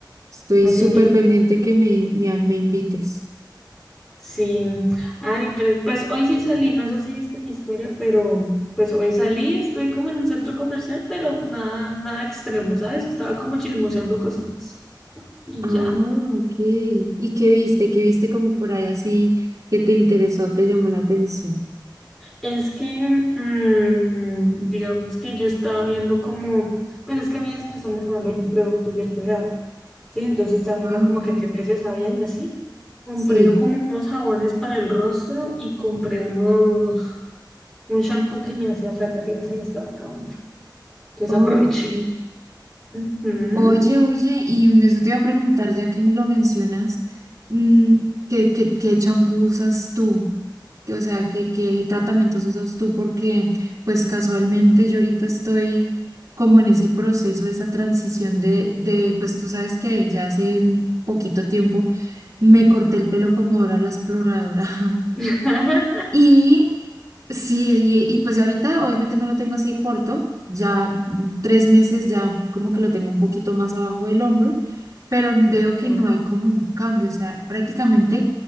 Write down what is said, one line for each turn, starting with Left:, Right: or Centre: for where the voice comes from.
Right: estoy
Centre: nos
Right: súper
Centre: invitan.
Right: pendiente que me, me me invites.
Centre: Sí, ay, pero, pues hoy sí salí, no sé si viste mi historia, pero pues hoy salí, estoy como en un centro comercial, pero nada, nada extremo, ¿sabes? Estaba como chismoseando cositas y
Right: Ah,
Centre: ya.
Right: ok. ¿Y qué viste? ¿Qué viste como por ahí así que te interesó, te llamó la atención?
Centre: Es que, mm, digamos que yo estaba viendo como, pues es que a mí ya se me están acabando los productos del cuidado, ¿sí? Entonces estaba viendo
Right: Ah,
Centre: como
Right: ok.
Centre: que qué precios habían y así. Compré
Right: Sí.
Centre: como unos jabones para el rostro y compré unos, un shampoo que me hacía falta que ya se me estaba acabando. Entonces
Right: Ok.
Centre: aproveché. Ujú.
Right: Oye, oye, y eso te iba a preguntar, ya que me lo mencionas, mm, ¿qué, qué, qué champú usas tú? Que, O sea, ¿qué, qué tratamientos usas tú? Porque, pues casualmente yo ahorita estoy como en ese proceso, esa transición de, de, pues tú sabes que ya hace un poquito tiempo Me corté el pelo como Dora la exploradora. <laughs>
Centre: <laughs>
Right: Y sí, y, y pues ya ahorita obviamente no lo tengo así de corto, ya mm, tres meses ya como que lo tengo un poquito más abajo del hombro, pero veo
Centre: Ujú.
Right: que no hay como un cambio, o sea, prácticamente